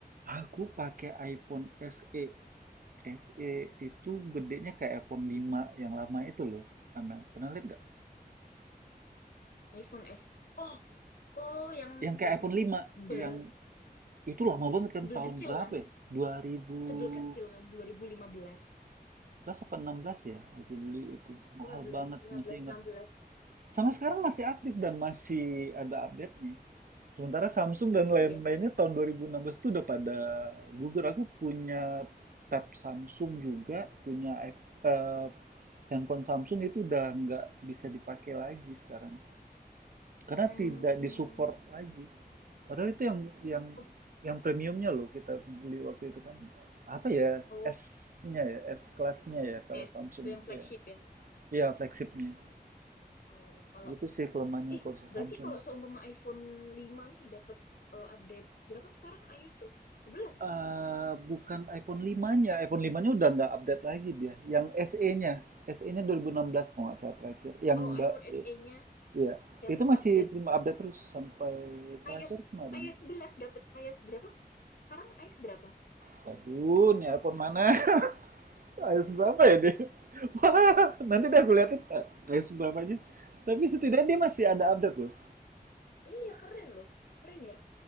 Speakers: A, on the right; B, on the left.
A: Aku pakai iPhone SE. SE itu gedenya kayak iPhone 5 yang lama itu loh, Amel. Pernah lihat nggak?
B: iPhone S. Oh, oh, yang
A: Yang
B: yang
A: kayak iPhone lima
B: bel
A: yang itu lama banget kan
B: bel
A: tahun
B: kecil
A: berapa
B: kan?
A: ya? 2015
B: Tebel kecil kan? dua ribu lima belas
A: apa 16 ya aku beli itu. Mahal
B: lima lima belas
A: banget,
B: lima
A: masih
B: belas
A: ingat.
B: enam belas
A: Sama sekarang masih aktif dan masih ada update-nya. Sementara Samsung dan lain-lainnya
B: Oh iya.
A: tahun 2016 itu udah pada gugur. Aku punya tab Samsung juga, punya iP- eh, handphone Samsung itu udah nggak bisa dipakai lagi sekarang. Karena
B: Hmm,
A: tidak disupport lagi. Padahal itu yang yang
B: oh,
A: yang premiumnya loh kita beli waktu itu kan. Apa ya
B: oh,
A: S-nya ya, S kelasnya ya kalau
B: S,
A: Samsung.
B: itu yang
A: Iya,
B: flagship ya.
A: Iya, flagshipnya.
B: Oh, kalau
A: Itu sih kelemahannya
B: ih,
A: kalau si
B: berarti
A: Samsung.
B: kalau seumpama iPhone 5 nih dapat eh, update berapa sekarang iOS tuh? sebelas
A: Eh, bukan iPhone 5-nya. iPhone 5-nya udah nggak update lagi dia. Yang SE-nya. SE-nya 2016 kalau nggak salah terakhir. Yang
B: Oh,
A: Mbak,
B: iPhone SE-nya
A: iya.
B: dapat
A: Itu masih
B: update
A: terima update terus sampai terakhir
B: iOS
A: kemarin.
B: iOS 11 dapat iOS berapa? Sekarang iOS berapa?
A: Waduh, ini iPhone mana? <laughs> iOS berapa ya dia? <laughs> Wah, nanti dah aku liatin eh, iOS berapanya. Tapi setidaknya
B: Hmm,
A: dia masih ada update loh.
B: iya keren loh. Keren ya.